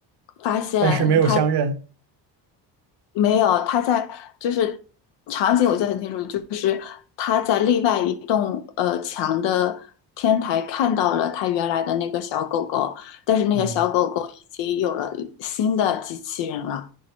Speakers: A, on the left; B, on the right.
A: 发现
B: 但是没有相认。
A: 没有，他在就是场景我记得很清楚，就是他在另外一栋呃墙的天台看到了他原来的那个小狗狗，但是那个小狗狗已经有了新的机器人了，
B: 嗯